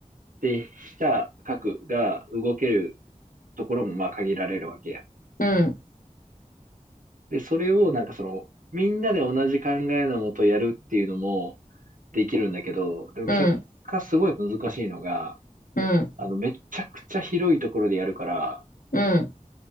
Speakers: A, on the right (about 75°); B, on the left (about 85°).
A: で、飛車、角が動けるところもまあ限られるわけやん。
B: うん、
A: で、それをなんかその、みんなで同じ考えのもとやるっていうのもできるんだけど、でも結果すごい難しいのが、
B: うん、うん、
A: あの、めちゃくちゃ広いところでやるから、
B: うん。